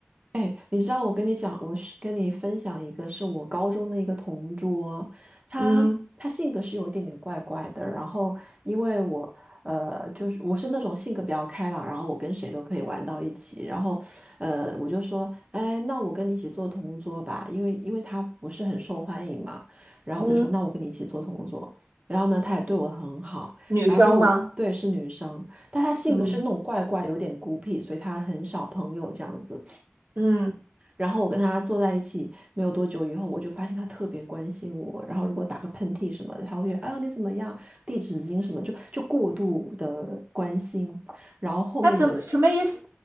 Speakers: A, on the right; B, on the right.
A: 哎，你知道我跟你讲，我是跟你分享一个，是我高中的一个同桌，他他性格是有一点点怪怪的。
B: 嗯
A: 然后因为我呃，就是我是那种性格比较开朗，然后我跟谁都可以玩到一起。然后呃，我就说，哎，那我跟你一起做同桌吧，因为因为他不是很受欢迎嘛。然后我就说，
B: 嗯，
A: 那我跟你一起做同桌。然后呢，他也对我很好，
B: 女生吗？
A: 然后就对是女生，但她性格是那种怪怪，
B: 嗯
A: 有点孤僻，所以她很少朋友这样子。
B: 嗯，
A: 然后我跟他坐在一起没有多久以后，我就发现他特别关心我。然后如果打个喷嚏什么的，他会觉得哎呀你怎么样，递纸巾什么，就就过度的关心。然后后面有
B: 那怎么什么意思？